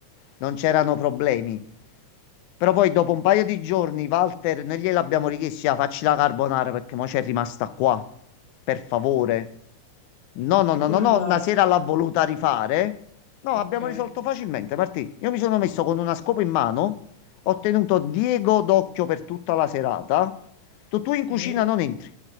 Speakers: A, on the left; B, on the left.
A: non c'erano problemi. Però poi dopo un paio di giorni, Walter, noi gliel'abbiamo richiesto, "Ah, facci la carbonara perché mo c'è rimasta qua, per favore. No, no,
B: e
A: no,
B: come
A: no, no,
B: è andata?
A: una sera l'ha voluta rifare. No,
B: Ok.
A: abbiamo risolto facilmente, Martì. Io mi sono messo con una scopa in mano, ho tenuto Diego d'occhio per tutta la serata. Tu, tu in
B: Sì.
A: cucina non entri,